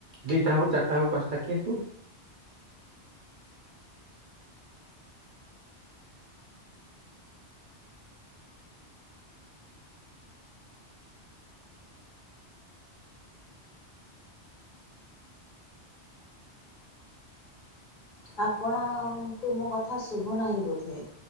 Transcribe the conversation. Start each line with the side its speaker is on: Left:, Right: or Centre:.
Right: ଦିଇଟା ହଉ ଚାରିଟା ହୋଉ ପାଞ୍ଚଟା କିନ୍ତୁ
Left: ଆପଣଙ୍କୁ ମୋ କଥା ଶୁଭୁ ନାହିଁ ବୋଧେ